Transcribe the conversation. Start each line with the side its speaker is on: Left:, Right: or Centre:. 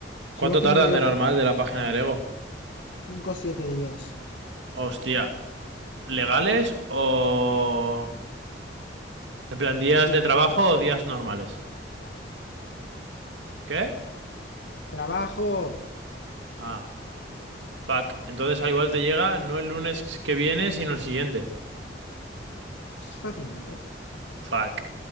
Left: supongo
Right: ¿Cuánto
Left: que
Right: tardan
Left: me llega
Right: de
Left: por
Right: normal de la página de Lego?
Left: cinco o siete días.
Right: Hostia, ¿legales o... En plan, días
Left: Sí,
Right: de
Left: poco
Right: trabajo o días normales?
Left: más.
Right: ¿Qué?
Left: trabajo
Right: Ah, fuck. Entonces al igual te llega no el lunes que viene, sino el siguiente.
Left: fácilmente,
Right: Fuck.